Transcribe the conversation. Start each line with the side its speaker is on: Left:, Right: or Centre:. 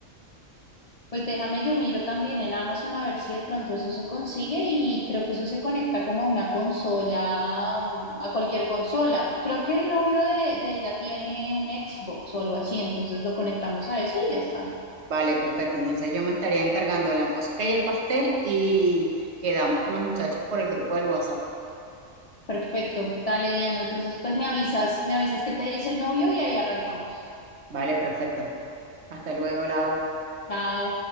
Left: Pues déjame, yo miro también en Amazon a ver si de pronto eso se consigue y creo que eso se conecta como a una consola, mm, a cualquier consola. Creo que el novio de, de ella tiene un Xbox o algo así, entonces lo conectamos a eso y ya está.
Right: Vale, perfecto. Entonces yo me estaría encargando de la música y el pastel y quedamos con los muchachos por el grupo del WhatsApp.
Left: Perfecto. Dale, Diana. Entonces, pues me avisas, me avisas qué te dice el novio y ahí arrancamos.
Right: Vale, perfecto. Hasta luego, Lau.
Left: Chao.